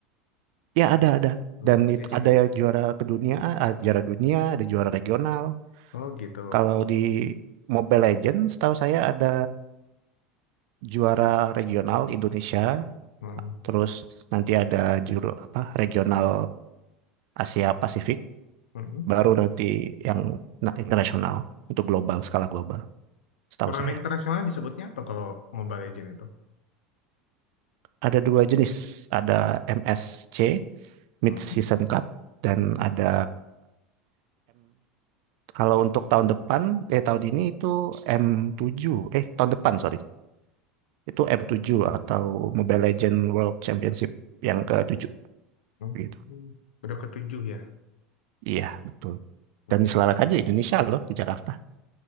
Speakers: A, on the right; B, on the left.
A: Ya ada ada
B: Hmm,
A: dan itu
B: ada juga.
A: ada
B: ya.
A: ya juara kedunia, ah, juara dunia, ada juara regional.
B: Oh, gitu.
A: Kalau di Mobile Legends, setahu saya ada juara regional Indonesia,
B: Hmm,
A: terus nanti ada juru apa regional Asia Pasifik,
B: hmm. hmm.
A: baru nanti yang na- internasional untuk global skala global. Setahu
B: Turnamen
A: saya
B: internasional disebutnya apa kalau Mobile Legends itu?
A: ada dua jenis, ada MSC Mid
B: Hmm.
A: Season Cup dan ada Kalau untuk tahun depan, eh tahun ini itu m tujuh eh tahun depan sorry, itu m tujuh atau Mobile Legends World Championship yang ke-7
B: hmm.
A: gitu.
B: hmm. Udah ketujuh ya.
A: Iya, betul.
B: Hmm.
A: Dan diselenggarakan aja di Indonesia loh, di Jakarta.